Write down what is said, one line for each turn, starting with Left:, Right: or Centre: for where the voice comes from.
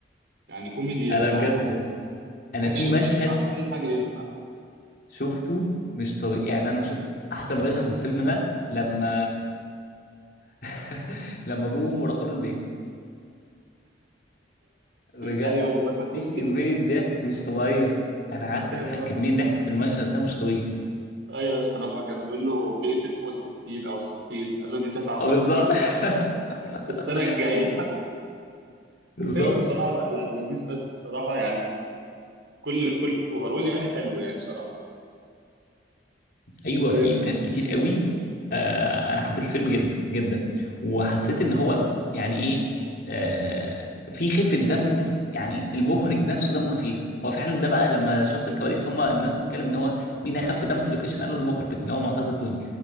Right: يعني كوميدي
Left: انا
Right: ينفع
Left: بجد انا
Right: اكشن
Left: في مشهد
Right: ينفع كل حاجه ينفع
Left: شفته مش طبيعي يعني انا بشوف
Right: <laughs>
Left: احسن مشهد في الفيلم ده لما <laughs> لما ابوه وامه راحوا له البيت بجد
Right: ايوه لما كان بي-
Left: في كمية ضحك مش طبيعية انا قعدت
Right: كان
Left: اضحك
Right: اه
Left: كمية ضحك في المشهد ده مش طبيعي
Right: ايوه بس لما كان بيقول له بيقتل فوق ال 60 او 60 قال له دي 59
Left: اه بالظبط
Right: <laughs>
Left: <laughs>
Right: السنه الجايه
Left: بالظبط
Right: الفيلم بصراحه لا لا لذيذ فشخ بصراحه يعني كل كل اوفرول يعني حلو يعني بصراحه
Left: ايوه
Right: فاهم
Left: في افيهات كتير قوي آه انا حبيت الفيلم جدا جدا وحسيت ان هو يعني ايه آه في خفه دم في- يعني المخرج نفسه دمه خفيف هو فعلا ده بقى لما شفت الكواليس هم الناس بتتكلم ان هو مين اخف دم في اللوكيشن قالوا المخرج اللي هو معتز التوني